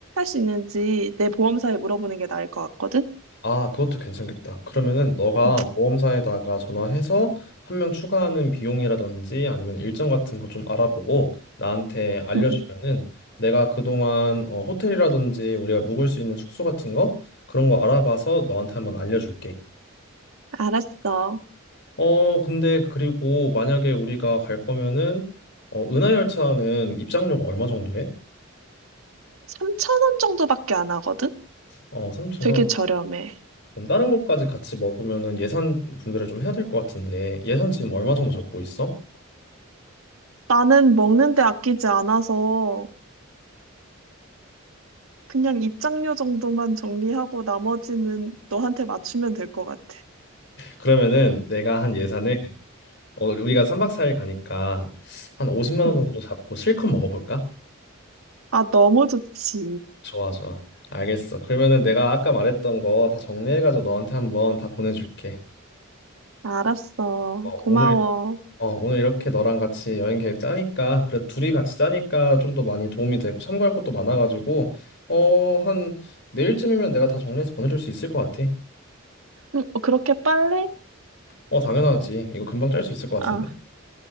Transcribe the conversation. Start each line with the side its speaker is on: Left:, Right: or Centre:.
Right: 수 있는지 내 보험사에 물어보는 게 나을 것 같거든?
Left: 아, 그것도 괜찮겠다. 그러면은 너가
Right: 응,
Left: 보험사에다가 전화해서 한 명 추가하는 비용이라든지 아니면 일정 같은 거 좀 알아보고 나한테 알려주면은
Right: 응, 응.
Left: 내가 그동안 어, 호텔이라든지 우리가 묵을 수 있는 숙소 같은 거 그런 거 알아봐서 너한테 한번 알려줄게.
Right: 알았어.
Left: 어, 근데 그리고 만약에 우리가 갈 거면은 어, 은하열차는 입장료가 얼마 정도 해?
Right: 3,000원 정도밖에 안 하거든?
Left: 어, 3천
Right: 되게
Left: 원.
Right: 저렴해.
Left: 그럼 다른 것까지 같이 먹으면은 예산 분배를 좀 해야 될 것 같은데 예산 지금 얼마 정도 잡고 있어?
Right: 나는 먹는데 아끼지 않아서 그냥 입장료 정도만 정리하고 나머지는 너한테 맞추면 될 것 같아.
Left: 그러면은 내가 한 예산을 어, 우리가 3박 4일 가니까 한 50만 원
Right: 응.
Left: 정도로 잡고 실컷 먹어볼까?
Right: 아, 너무 좋지.
Left: 좋아, 좋아. 알겠어. 그러면은 내가 아까 말했던 거 다 정리해가지고 너한테 한번 다 보내줄게.
Right: 알았어.
Left: 어,
Right: 고마워.
Left: 오늘 어, 오늘 이렇게 너랑 같이 여행 계획 짜니까, 그래, 둘이 같이 짜니까 좀 더 많이 도움이 되고, 참고할 것도 많아가지고, 어, 한, 내일쯤이면 내가 다 정리해서 보내줄 수 있을 것 같아.
Right: 음, 어, 그렇게 빨리?
Left: 어, 당연하지. 이거 금방 짤 수 있을 것 같은데.
Right: 아,